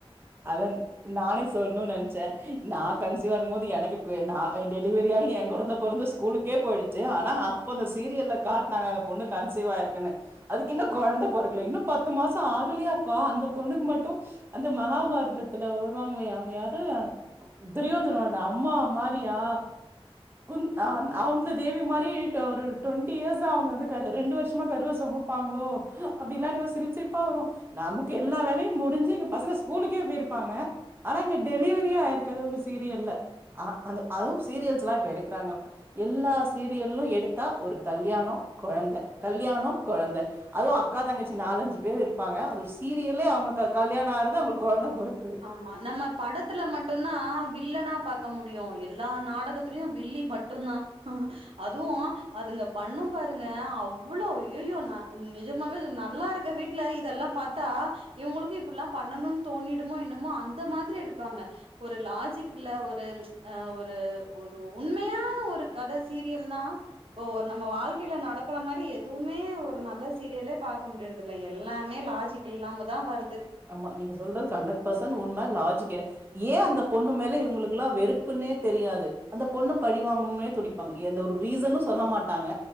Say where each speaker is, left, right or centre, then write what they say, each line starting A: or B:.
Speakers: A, on the right; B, on the right.
A: அதன் நானே சொல்ணுன்னு நெனைச்சேன் நான் கன்சிவா இருக்கும்போது எனக்கு பெ நா டெலிவரி ஆகி என் கொழந்த பொறந்து ஸ் கூலுக்கே போயிடுச்சு ஆனா அப்ப அந்த சீரியல்ல காட்டுனாங்க அந்த பொண்ணு கன்சீவா இருக்குன்னு அதுக்கு இன்னூ கொழந்த பொறக்கல இன்னும் பத்து மாசம் ஆகலையாப்பா அந்த பொண்ணுக்கு மட்டும் அந்த ம மகாபாரதத்துல வருவாங்களே அவ்ங்க யாரு துரியோதனோட அம்மா மாரியா குந்த் அ அந் அந்த தேவி மாரி டொ ஒரு டுவெண்ட்டி இயர்ஸ்ஸா அவ்ங்க வந்து கரு ரெண்டு வருஷமா கருவ சொமப் ப்பாங்களோ அப்பிடில்லா எனக்கு சிரிப்பு சிரிப்பா வரு நமக்கு எல்லா வேலயு முடுஞ்சு இங்க பசங்க ஸ்கூலுக்கே போயிருப்பாங்க ஆனா இங்க டெலிவரியே ஆயிருக்காது ஒரு சீரியல்ல அ அந்த அதுவு சீரியல்ஸ்ல்லா இப்ப எடுக்குறாங்கல்லபா எல்லா சீரியல்லு எடுத்தா ஒரு கல்யாணோ கொழந்த கல்யாணோ கொழந்த அதுவு அக்கா தங்கச்சி நாலஞ்சு பேரு இருப்பாங்க அது ஒரு சீரியலே அவ்ங்க க கல்யாணோ ஆறது அவ்ங்களுக்கு கொழந்த பொறக்
B: ஆமா நம்ம படத்துல மட் டு்ந்தா வில்லனா பாக்க முடியு எல்லா நாடகத்துலயு வில்லி மட்டுந்தா அதுவு அதுங்க பண்ணு பாருங்க அவ்வளோ ஐயய்யோ நா நிஜமாவே அது நல்லா இருக்க வீட் ல இதல்லா பாத்தா இவ்ங்களுக்கு இப்பிடில்லா பண்ணணுன் தோணிடுமோ என்னமோ அந்த மாதிரி எடுப்பாங்க ஒரு லாஜிக் இல்ல ஒரு அ ஒரு ஒரு உண்மயான ஒரு கத சீரியல்னா இப்ப ஒரு நம்ம வாழ்க்கேல நடக்கற மாரி எதுவுமே ஒரு நல்ல சீரியலே பாக்க முடியுறது இல்ல எல்லாமே லாஜிக் இல்லாமதா வருது
A: ஆமா நீங்க சொல்றது ஹண்ட்ரட் பர்சன்ட் உண்ம லாஜிக் எனே ஏ அந்த பொண்ணு மேல இவ்ங்குளுக்கலா வெறுப்புன்னே தெரியாது அந்த பொண்ண பழிவாங்கணும்னே துடிப் பாங்க எந்த ஒரு ரீசனு சொல்ல மாட்டாங்க